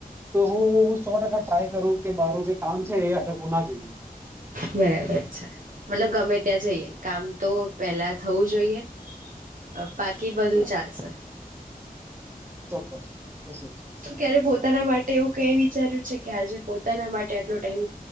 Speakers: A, on the right (about 15°); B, on the right (about 60°).
A: તો હું સો ટકા ટ્રાય કરું કે મારું જે કામ છે એ અટકવું ના જોઈએ.
B: બરાબર છે. મતલબ ગમે ત્યાં જઈએ કામ તો પેલા થવું જોઈએ અહ બાકી બધું
A: યસ
B: ચાલશે.
A: ચોક્કસ. બસ એ જ
B: તો ક્યારે પોતાના મા ટે એવું કઈ વિચાર્યું છે કે આજે પોતાના માટ ટે આટલો ટાઈમ